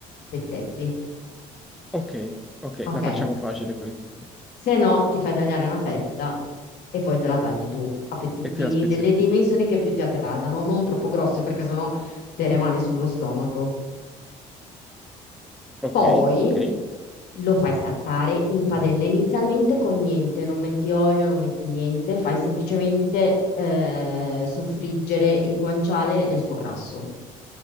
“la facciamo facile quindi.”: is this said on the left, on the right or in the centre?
Centre